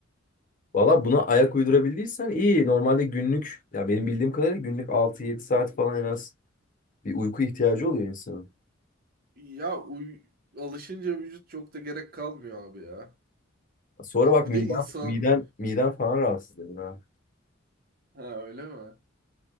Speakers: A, on the left; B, on the right.
A: Valla buna ayak uydurabildiysen iyi. Normalde günlük ya benim bildiğim kadarıyla günlük altı yedi saat falan en az bir uyku ihtiyacı oluyor insanın.
B: Ya uy alışınca vücut çok da gerek kalmıyor abi ya.
A: Sonra bak
B: Bir
A: miden
B: de insan...
A: miden miden falan rahatsız ediyor ha.
B: Ha öyle mi?